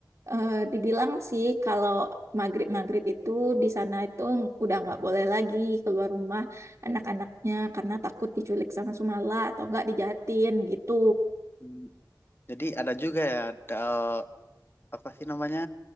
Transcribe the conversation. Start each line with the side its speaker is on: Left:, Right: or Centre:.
Right: Eh, dibilang sih kalau maghrib maghrib itu di sana itu udah nggak boleh lagi keluar rumah anak-anaknya karena takut diculik sama Sumala atau nggak dijahatin gitu.
Left: hmm. Jadi ada juga ya da- apa sih namanya